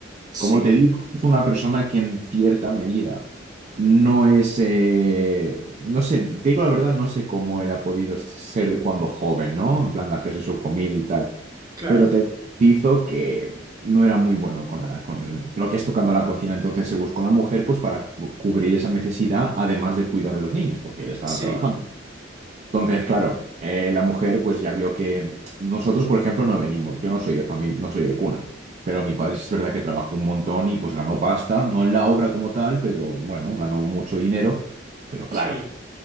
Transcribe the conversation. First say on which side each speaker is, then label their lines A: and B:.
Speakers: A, on the right (about 20°); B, on the right (about 40°).
A: Sí,
B: Como te digo, es una persona que en cierta medida no es, eh, no sé, te digo la verdad, no sé cómo él ha podido ser cuando joven, ¿no? En plan de hacerse su comida y tal,
A: claro,
B: pero te hizo que no era muy bueno con, la- con lo que es tocando la cocina, entonces se buscó una mujer pues para cu- cubrir esa necesidad, además de cuidar a los niños, porque él estaba
A: sí,
B: trabajando. Entonces, claro, eh, la mujer pues ya vio que nosotros, por ejemplo, no venimos, yo no soy de familia, no soy de cuna, pero mi padre sí es verdad que trabajó un montón y pues ganó pasta, no en la obra como tal, pero bueno, ganó mucho dinero, pero
A: sí.
B: claro,